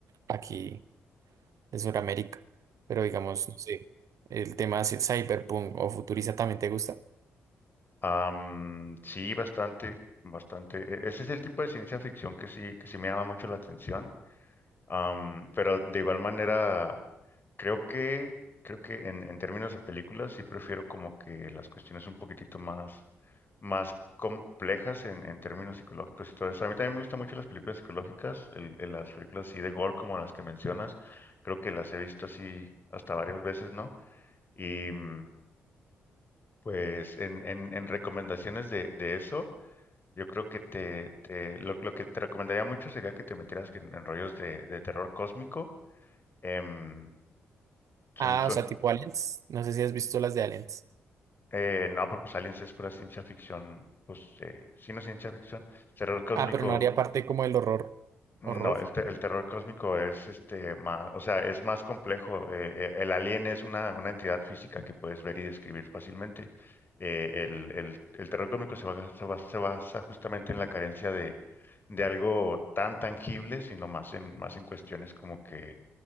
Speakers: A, on the right (about 65°); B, on the left (about 35°).
A: aquí de Sudamérica. Pero digamos, no sé, el tema así, cyberpunk o futurista también te gusta.
B: Am, sí, bastante, bastante. E- Ese es el tipo de ciencia ficción que sí, que sí me llama mucho la atención. Am, pero de igual manera, creo que, creo que en, en términos de películas sí prefiero como que las cuestiones un poquitito más, más complejas en, en términos psicológicos y todo eso. A mí también me gustan mucho las películas psicológicas, el- el- las películas así de gore como las que mencionas. Creo que las he visto así hasta varias veces, ¿no? Y mm, pues en, en, en recomendaciones de, de eso. Yo creo que te, te- lo, lo que te recomendaría mucho sería que te metieras en, en rollos de, de terror cósmico. Em, son,
A: Ah,
B: son,
A: o sea, tipo Aliens. No sé si has visto las de Aliens.
B: eh, no, pero pues Aliens es pura ciencia ficción, pues eh, sí, no es ciencia ficción. Terror cósmico
A: Ah, pero no haría parte como del horror.
B: No,
A: Horror
B: el, te- el terror cósmico es este más, o sea, es más complejo. Eh, eh, el alien es una, una entidad física que puedes ver y describir fácilmente. Eh, el, el- el terror cósmico se basa, se basa- se basa justamente en la carencia de, de algo tan tangible, sino más en, más en cuestiones como que